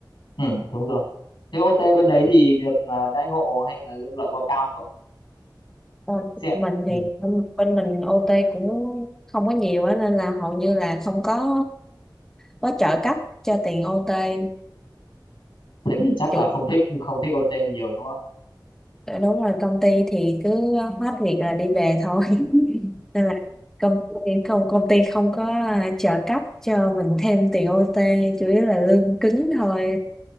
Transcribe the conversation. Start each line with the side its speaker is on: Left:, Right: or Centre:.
Left: ừ đúng rồi thế OT bên đấy thì được ờ, đãi ngộ hay là lương lậu có cao không
Centre: Ờ,
Left: Xem.
Centre: mình thì
Left: ừ.
Centre: bên bên mình OT cũng không có nhiều á nên là hầu như là không có có trợ cấp cho tiền OT
Left: thế thì chắc
Centre: chủ
Left: là không thích không thích OT nhiều đúng
Centre: đúng rồi công ty thì cứ hết việc là đi về thôi <laughs> nên là công ty không công ty không có trợ cấp cho mình thêm tiền OT chủ yếu là lương cứng thôi